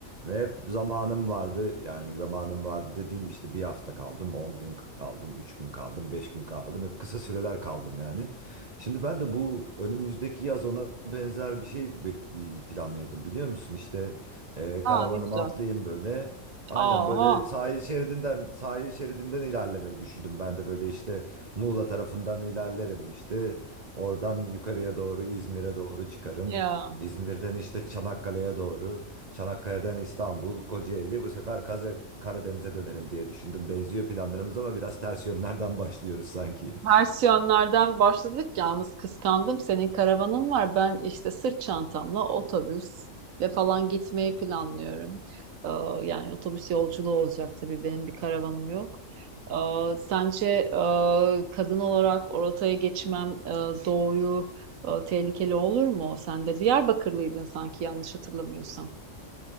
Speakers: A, on the right; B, on the right.
A: Ve hep zamanım vardı yani zamanım vardı dediğim işte bir hafta kaldım, 10 gün kaldım, 3 gün kaldım, 5 gün kaldım. Hep kısa süreler kaldım yani. Şimdi ben de bu önümüzdeki yaz ona benzer bir şey bek- planlıyordum biliyor musun? İşte ee,
B: Aa
A: karavanıma
B: ne güzel.
A: atlayayım böyle. Aynen
B: Aha
A: böyle sahil şeridinden sahil şeridinden ilerlemeyi düşündüm. Ben de böyle işte Muğla tarafından ilerlerim işte. Oradan yukarıya doğru İzmir'e doğru çıkarım.
B: ya.
A: İzmir'den işte Çanakkale'ye doğru. Çanakkale'den İstanbul, Kocaeli. Bu sefer Kaze Karadeniz'e dönerim diye düşündüm. Benziyor planlarımız ama biraz ters yönlerden başlıyoruz sanki. <laughs>
B: Versiyonlardan başladık yalnız kıskandım. Senin karavanın var. Ben işte sırt çantamla otobüsle falan gitmeyi planlıyorum. Ee, yani otobüs yolculuğu olacak tabii benim bir karavanım yok. Ee, sence e, kadın olarak o rotaya geçmem e, doğuyu e, tehlikeli olur mu? Sen de Diyarbakırlıydın sanki yanlış hatırlamıyorsam.